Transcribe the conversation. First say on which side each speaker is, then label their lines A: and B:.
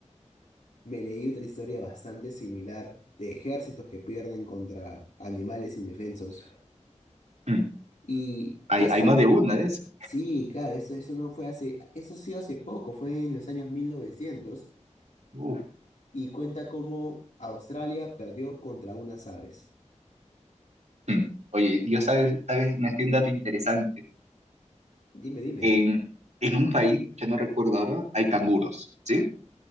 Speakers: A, on the left; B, on the right.
A: me leí otra historia bastante similar de ejércitos que pierden contra animales indefensos.
B: Mm,
A: Y
B: hay,
A: esto,
B: hay más de una de eso.
A: sí, claro, esto, esto no fue hace, esto sí hace poco, fue en los años 1900
B: Uf.
A: y cuenta cómo Australia perdió contra unas aves.
B: Mm. Oye, yo sabes, sabes, me hacía un dato interesante.
A: Dime, dime.
B: En, en un país, ya no recuerdo ahora, hay canguros, ¿sí?